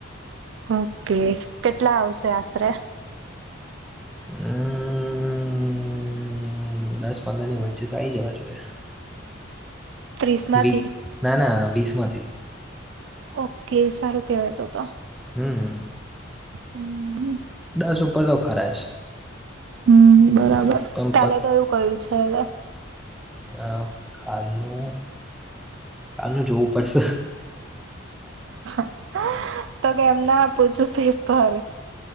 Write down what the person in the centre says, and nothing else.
અમ્મ, દસ પંદરની વચ્ચે તો આઈ જવા જોઈએ.
વિ ના, ના વીસ માંથી.
હમ્મ.
દસ ઉપર તો ખરા જ.
પણ
અહ કાલનું, કાલનું જોવું પડશે.